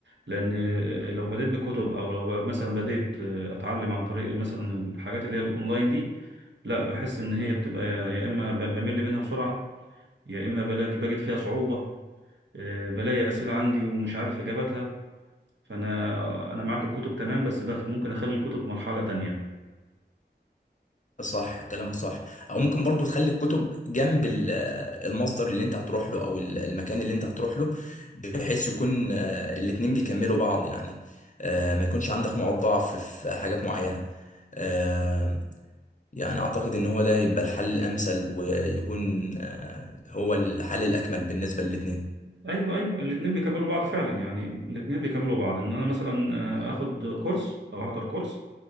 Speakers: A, on the right; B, on the left.
A: لان آه، لو بديت بكتب او لو مثلا بديت آه، اتعلم عن طريق مثلا الحاجات اللي هي الاونلاين دي لا بحس ان هي بتبقى يا اما ب- بمل منها بسرعه يا اما بلاقي بجد فيها صعوبه آه، بلاقي اسئله عندي ومش عارف اجابتها فانا انا معاك الكتب تمام بس بخ ممكن اخلي الكتب مرحله تانية
B: صح كلامك صح أو ممكن برضو تخلي الكتب جنب ال- آه، المصدر اللي أنت هتروح له أو ال- المكان اللي أنت هتروح له بحيث يكون آه، الاتنين بيكملوا بعض يعني آه، ما يكونش عندك نقط ضعف في حاجات معينة آه، يعني أعتقد إن هو ده يبقى الحل الأمثل ويكون آه، هو الحل الأكمل بالنسبة للاتنين
A: ايوه ايوه الاثنين بيكملوا بعض فعلا يعني الاثنين بيكملوا بعض ان انا مثلا آه، اخد كورس او احضر كورس